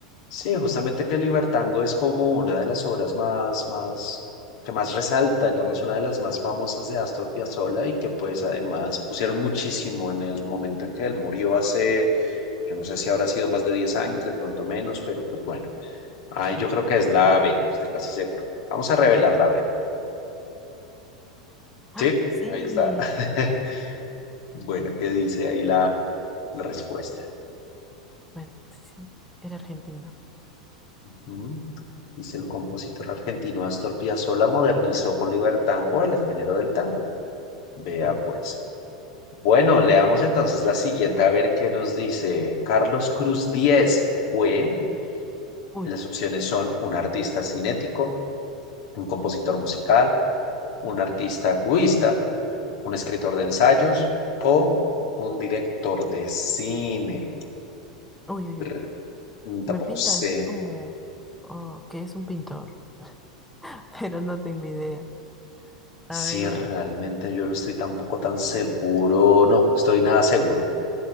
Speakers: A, on the left; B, in the centre.
A: Sí, justamente que el Libertango es como una de las obras más, más, que más resaltan y es una de las más famosas de Astor Piazzolla y que pues además pusieron muchísimo en el momento en que él murió hace, yo no sé si habrá sido más de 10 años, de pronto menos, pero pues bueno, ahí
B: Sí,
A: yo creo que es la B, estoy casi seguro. Vamos a revelarla,
B: ya.
A: a ver.
B: Ah,
A: Sí,
B: sí.
A: ahí está. <laughs> Bueno, ¿qué dice ahí la, la respuesta?
B: Bueno, sí, sí. Era argentino.
A: Ujú. Dice el compositor argentino Astor Piazzolla modernizó con libertango el género del tango. Vea pues. Bueno, leamos entonces la siguiente a ver qué nos dice. Carlos Cruz Díez fue,
B: Eh, Uy,
A: las opciones son un artista cinético, un compositor musical, un artista cubista, un escritor de ensayos o un director de cine.
B: uy, uy,
A: Brr,
B: uy.
A: Tampoco
B: Me pinta
A: sé.
B: así como oh, que es un pintor, <laughs> pero no tengo idea.
A: Sí,
B: A ver,
A: realmente yo no estoy tampoco tan seguro, no, estoy nada seguro.